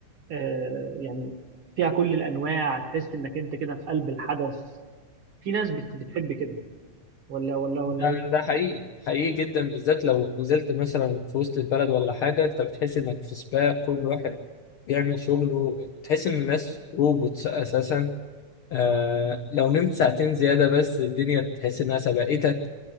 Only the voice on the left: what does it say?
ده
ده حقيقي حقيقي جدا بالذات لو نزلت مثلا في وسط البلد ولا حاجة انت بتحس انك في سباق كل واحد بيعمل شغله تحس ان الناس روبوتس اساسا آه لو نمت ساعتين زيادة بس الدنيا تحس انها سبقتك